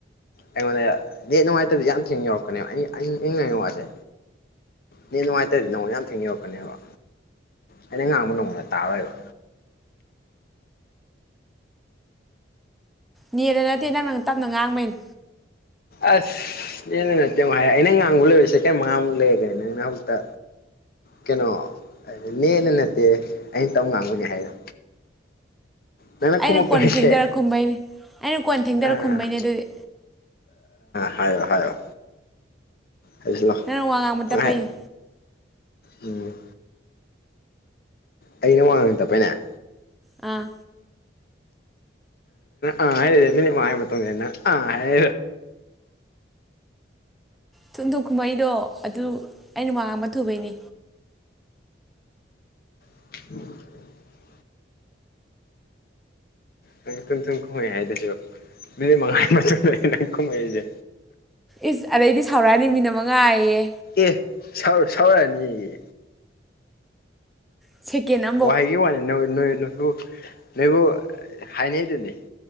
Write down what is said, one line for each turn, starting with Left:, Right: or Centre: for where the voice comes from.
Left: ꯑꯩꯉꯣꯟꯗ ꯗꯦꯠ ꯅꯨꯡꯉꯥꯏꯇꯕꯗꯤ ꯌꯥꯝ ꯊꯦꯡꯅ ꯌꯧꯔꯛꯀꯅꯦꯕ ꯑꯩ ꯑ ꯅꯤꯡꯪꯉꯥꯏꯉ ꯋꯥꯁꯦ ꯅꯦꯠ ꯅꯨꯡꯉꯥꯏꯇ꯭ꯔꯦꯗꯤ ꯅꯉꯣꯟꯗ ꯌꯥꯝ ꯊꯦꯡꯅ ꯌꯧꯔꯛꯀꯅꯦꯕ ꯑꯩꯅ ꯉꯥꯡꯕ ꯅꯪꯉꯣꯟꯗ ꯇꯥꯔꯣꯏꯕ
Centre: ꯅꯦꯠꯅ ꯅꯠꯇꯦ ꯅꯪ ꯅꯪꯅ ꯇꯞꯅ ꯉꯥꯡꯕꯩꯅꯤ
Left: ꯑꯁ ꯑꯦꯅ ꯅꯠꯇꯦ ꯑꯃꯨꯛ ꯍꯥꯏ ꯑꯩꯅꯪ ꯉꯥꯡꯕ ꯂꯩꯔꯤꯁꯦ ꯀꯩ ꯃꯉꯥꯃꯨꯛ ꯂꯩꯒꯦꯅ ꯅꯪ ꯍꯧꯖꯤꯛꯇ ꯀꯩꯅꯣ ꯂꯦꯅ ꯅꯠꯇꯦ ꯑꯩꯅ ꯇꯧ ꯉꯥꯡꯕꯅꯦ ꯍꯥꯏꯗ ꯅ
Centre: ꯑꯩꯅ
Left: ꯈꯨꯃꯛ
Centre: ꯀꯣꯟ
Left: ꯇꯕꯒꯤꯅꯦ
Centre: ꯊꯦꯡꯗꯔ ꯈꯨꯝꯕꯩꯅꯤ ꯑꯩꯅ ꯀꯣꯟ ꯊꯦꯡꯗꯔ
Left: ꯑ
Centre: ꯈꯨꯝꯕꯩꯅꯦ ꯑꯗꯨꯗꯤ
Left: ꯍꯥꯏꯌꯣ ꯍꯥꯏꯌꯣ ꯍꯥꯏꯖꯤꯜꯂꯣ
Centre: ꯅꯪꯅ ꯋꯥ ꯉꯥꯡꯕ
Left: ꯄꯪꯍꯥꯏ
Centre: ꯇꯞꯄꯩ
Left: ꯎꯝ ꯑꯩꯅ ꯋꯥꯃꯥꯡꯅ ꯇꯞꯄꯩꯅꯦ
Centre: ꯑꯥ
Left: ꯑ ꯍꯥꯏ ꯔꯦꯃꯤꯅꯤ ꯃꯥꯏ ꯃ ꯃꯇꯝꯝ ꯑ ꯍꯥꯏ
Centre: ꯊꯨꯝꯗꯣꯛ ꯀꯨꯝꯍꯩꯗꯣ ꯑꯗꯨ ꯑꯩꯅ ꯋꯥꯥꯡꯕ ꯊꯨꯕꯩꯅꯦ
Left: ꯎ ꯅꯪ ꯊꯨꯝ ꯊꯨꯝ ꯀꯨꯝꯍꯩ ꯍꯥꯏꯗꯁꯨ ꯃꯤꯅꯤꯠ ꯃꯉꯥꯅꯤ ꯃꯇꯨꯡ ꯂꯩ ꯅꯪ ꯀꯨꯝꯍꯩꯁꯦ
Centre: ꯏꯁ ꯑꯗꯩꯗꯤ ꯁꯥꯎꯔꯛꯑꯅꯤ ꯃꯤꯅ ꯃꯉꯥꯏꯌꯦ
Left: ꯑꯦ ꯁꯥꯎ ꯁꯥꯎꯔꯅꯤꯌꯦ
Centre: ꯁꯦꯀꯦꯟ ꯑꯝ
Left: ꯋꯥꯍꯩꯒꯤ ꯋꯥꯅꯤ ꯅꯣꯏ ꯅꯣꯏ ꯅꯣꯏꯕꯨ ꯅꯣꯏꯕꯨ ꯍꯥꯏꯅꯩꯗꯨꯅꯤ